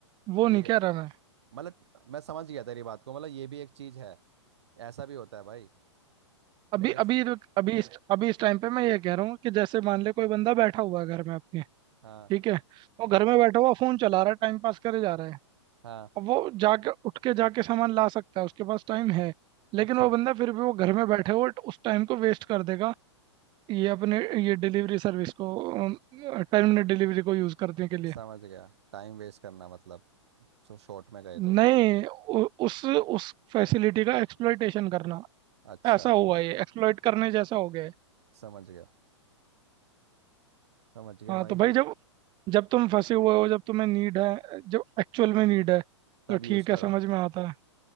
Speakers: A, on the right; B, on the right.
A: वो
B: ये
A: नहीं कह रहा मैं
B: मतलब मैं समझ गया तेरी बात को मतलब ये भी एक चीज़ है ऐसा भी होता है भाई मेरे
A: अभी
B: स-
A: अभी तो- अभी इस अभी इस टाइम पे मैं ये कह रहा हूँ कि जैसे मान ले कोई बंदा बैठा हुआ है घर में अपने
B: हाँ
A: ठीक है वो घर में बैठा हुआ फोन चला रहा है टाइम पास करे जा रहा है
B: हाँ
A: अब वो जाके उठ के जाके सामान ला सकता है उसके पास टाइम है लेकिन
B: अच्छा
A: वो बंदा फिर भी वो घर में बैठे हुए उस टाइम को वेस्ट कर देगा ये अपने ये डिलीवरी सर्विस को टाइम मिनट डिलीवरी को यूज़ करने के लिए
B: समझ गया टाइम वेस्ट करना मतलब जो शॉर्ट में गए तो
A: नहीं उ, उस उस फैसिलिटी का एक्सप्लॉयटेशन करना
B: अच्छा
A: ऐसा हुआ ये एक्सप्लॉयट करने जैसा हो गया है
B: समझ गया समझ गया
A: हाँ
B: भाई
A: तो भाई जब जब तुम फंसे हुए हो जब तुम्हें नीड है जब एक्चुअल में नीड है
B: तब
A: तो
B: यूज़
A: ठीक
B: करो
A: है समझ में आता है